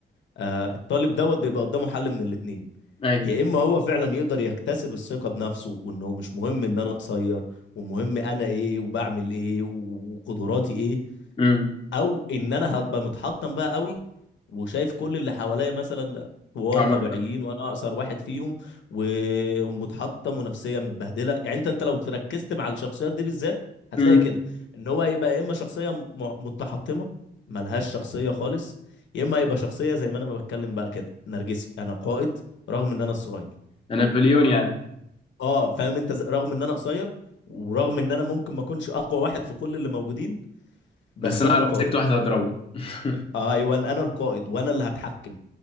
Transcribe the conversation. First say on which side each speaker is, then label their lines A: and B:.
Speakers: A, on the left; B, on the left.
A: آه الطالب دوت بيبقى قدامه حل من الاتنين
B: ايوه
A: يا اما هو فعلا يقدر يكتسب الثقه بنفسه وانه مش مهم ان انا قصير ومهم انا ايه وبعمل ايه وقدراتي ايه
B: امم
A: او ان انا هبقى متحطم بقى قوي وشايف كل اللي حواليا مثلا طوال
B: عمرك
A: طبيعيين وانا اقصر واحد فيهم و- ومتحطم ونفسيه متبهدله يعني انت انت لو تركزت مع الشخصيات دي بالذات هتلاقي
B: امم
A: كده ان هو هيبقى يا اما شخصيه م- متحطمه ملهاش شخصيه خالص يا اما هيبقى شخصيه زي ما انا ما بتكلم بقى كده نرجسي انا قائد رغم ان انا الصغير
B: ده نابليون يعني
A: اه فاهم انت ز- رغم ان انا قصير ورغم ان انا ممكن ما اكونش اقوى واحد في كل اللي موجودين بس
B: بس انا
A: انا القائد
B: لو مسكت واحد هضربه <laughs>
A: آه، ايوه انا أنا القائد وانا اللي هتحكم